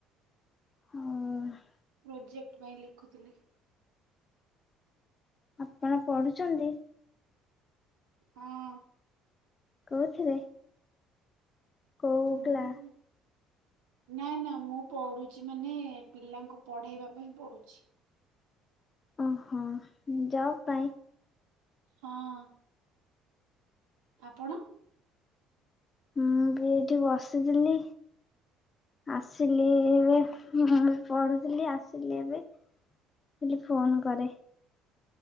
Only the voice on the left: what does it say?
ହୁଁ।
ଆପଣ ପଢୁଛନ୍ତି?
କୋଉଥିରେ? କୋଉ
କ୍ଲା
ଓହୋ ଜବ ପାଇଁ?
ମୁଁ ବି ଏଇଠି ବସିଥିଲି ଆସିଲି ଏବେ। ମୁଁ ପଢୁଥିଲି ଆସିଲି ଏବେ ବୋଲି ଫୋନ କରେ।